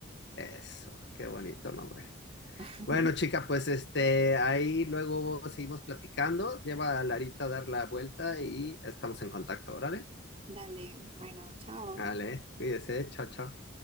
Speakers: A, on the left (about 55°); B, on the right (about 30°).
A: Eso, qué bonito nombre.
B: <laughs>
A: Bueno, chica, pues este, ahí luego seguimos platicando. Lleva a Larita a dar la vuelta y estamos en contacto, ¿vale?
B: Dale, bueno, chao.
A: Vale, cuídese, chao, chao.